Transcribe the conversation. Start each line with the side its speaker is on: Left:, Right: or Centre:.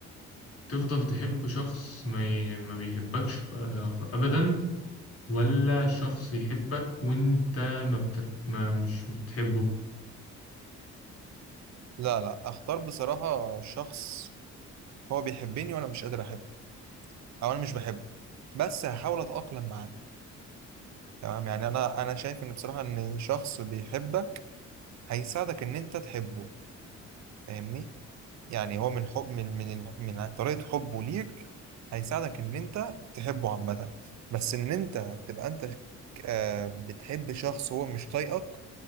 Left: تفضل تحب شخص ما ي- ما بيحبكش آه، ابدا ولا شخص يحبك وانت ما, بتر... ما مش مش بتحبه
Right: لا لا أختار بصراحة شخص هو بيحبني وأنا مش قادر أحبه أو أنا مش بحبه بس هحاول أتأقلم معاه تمام يعني أنا أنا شايف إن بصراحة إن شخص بيحبك هيساعدك إن أنت تحبه فاهمني يعني هو من حب من من من طريقة حبه ليك هيساعدك إن أنت تحبه عامة بس إن أنت تبقى أنت آه، بتحب شخص هو مش طايقك